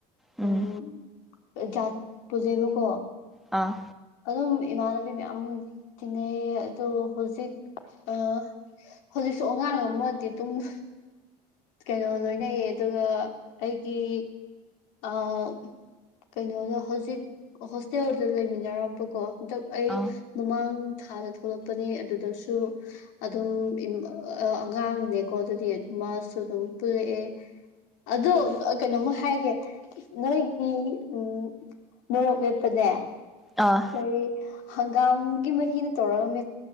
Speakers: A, in the centre; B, on the left (about 80°).
A: ꯑꯥ
B: ꯎꯝ
A: ꯎꯝ
B: ꯖꯥꯠ ꯄꯨꯖꯩꯕꯀꯣ꯫
A: ꯑꯥ
B: ꯑꯗꯨꯝ ꯏꯃꯥꯟꯅꯕꯤ ꯃꯌꯥꯝ ꯇꯤꯅꯩꯌꯦ꯫ ꯑꯗꯨꯕꯨ ꯍꯧꯖꯤꯛ ꯑ ꯍꯧꯖꯤꯛꯁꯨ ꯑꯉꯥꯡ ꯑꯃꯗꯤ ꯇꯨ ꯍ ꯀꯩꯅꯣ ꯂꯣꯏꯅꯩꯌꯦ ꯑꯗꯨꯒ ꯑꯩꯒꯤ ꯑꯥ ꯀꯩꯅꯣꯗ ꯍꯧꯖꯤꯛ ꯍꯣꯁꯇꯦꯜꯗ ꯂꯩꯃꯤꯟꯅꯔꯝꯕꯀꯣ ꯍꯟꯗꯛ ꯑꯩ
A: ꯑꯥ
B: ꯃꯃꯥꯡ ꯊꯥꯗ ꯊꯣꯛꯂꯛꯄꯅꯦ꯫ ꯑꯗꯨꯗꯁꯨ ꯑꯗꯨꯝ ꯏꯝ ꯑꯑꯉꯥꯡꯅꯦꯀꯣ ꯑꯗꯨꯗꯤ ꯑꯗꯨ ꯃꯥꯁꯨ ꯑꯗꯨꯝ ꯄꯨꯜꯂꯛꯑꯦ꯫ ꯑꯗꯣ ꯑ ꯀꯩꯅꯣꯝꯃ ꯍꯥꯏꯒꯦ ꯅꯣꯏꯒꯤ ꯎꯝ ꯃꯣꯔꯣꯛ ꯃꯦꯠꯄꯖꯦ꯫
A: ꯑꯥ
B: ꯀꯔꯤ ꯍꯪꯒꯥꯝꯒꯤ ꯃꯍꯤꯅ ꯇꯧꯔꯛꯒ ꯃꯦꯠ